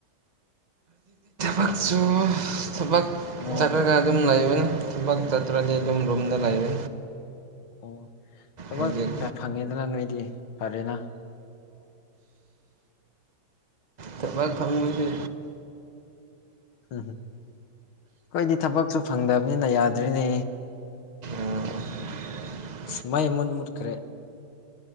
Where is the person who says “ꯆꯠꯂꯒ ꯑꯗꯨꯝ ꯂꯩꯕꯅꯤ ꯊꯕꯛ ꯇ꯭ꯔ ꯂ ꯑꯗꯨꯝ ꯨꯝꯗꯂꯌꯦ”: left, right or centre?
Right